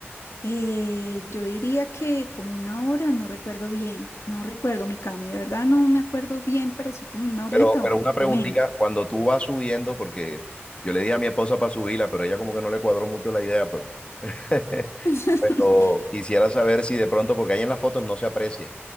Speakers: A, on the left; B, on the left.
A: Eh, yo diría que como una hora, no recuerdo bien, no recuerdo, mi Cami, de verdad no me acuerdo bien, pero sí como una horita
B: Pero, pero
A: o,
B: una preguntita,
A: o menos.
B: cuando tú vas subiendo, porque yo le dije a mi esposa para subirla, pero ella como que no le cuadró mucho la idea, pero, <laughs>
A: <laughs>
B: pero quisiera saber si de pronto, porque ahí en las fotos no se aprecia,